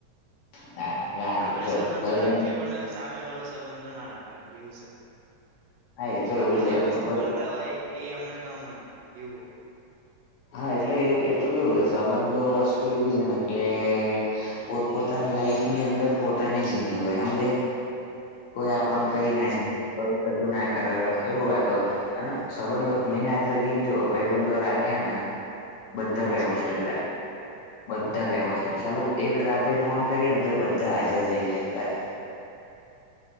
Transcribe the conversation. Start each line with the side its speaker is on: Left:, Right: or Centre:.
Left: ના ના. લાગે
Right: આપડે
Left: જો
Right: સંબંધો
Left: ભાઈબંધ
Right: રાખીએ પણ. સામે વાળો સંબંધો ના રાખે એવું છે
Left: હા એ તો
Right: આપડે
Left: એવું જ
Right: જે
Left: હોય
Right: વસ્તુ
Left: પણ ભાઈ
Right: કરતા. હોય એ અમના ગામમાં નહ એવું હોય.
Left: હા એટલે એ તો કેવું છે સંબંધ વસ્તુ એવી છે ને કે. પોત પોતાની લાઈફની અંદર પોતાની જિંદગી હોય સમમજ. કોઈ
Right: પોતાની
Left: આપણ કઈ
Right: જિંદગી
Left: ના. કશું ના કરે એવું વાતો અને સંબંધો મેં આજ લગીને જો ભાઈબંધો રાખ. હના બધા
Right: અચ્છા
Left: વ્યવસ્થિત રહે.
Right: <inaudible>
Left: બધા વ્યવસ્થિત ચાલું એક રાતે ફોન કરીએ ને તો એ બધા હાજર થઈ જાય અત્યારે.
Right: <inaudible>